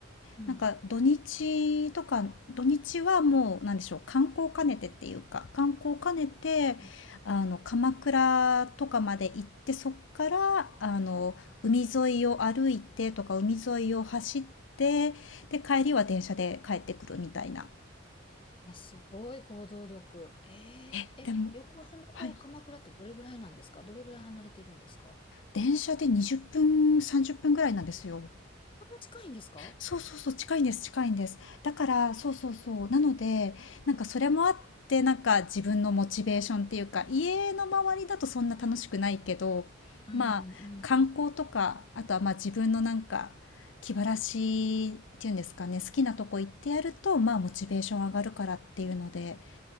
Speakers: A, on the left (about 25°); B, on the left (about 75°).
A: うん。
B: なんか土日とか、土日はもう、なんでしょう、観光兼ねてっていうか、観光兼ねて、
A: うん
B: あの、鎌倉とかまで行って、そっから、あの、海沿いを歩いてとか、海沿いを走って、で、帰りは電車で帰ってくるみたいな。
A: あ、すごい行動力。えええ、
B: え、でも、
A: 横浜と鎌倉ってどれぐらいなんですかどれぐらい離れてるんですか
B: はい。電車で20分、30分ぐらいなんですよ。
A: こんな近いんですか
B: そうそうそう、近いんです、近いんです。だから、そうそうそう。なので、なんかそれもあって、なんか自分のモチベーションっていうか、家の周りだとそんな楽しくないけど、
A: うんうん。
B: まあ、観光とか、あとはまあ自分のなんか、気晴らしっていうんですかね、好きなとこ行ってやると、まあモチベーション上がるからっていうので、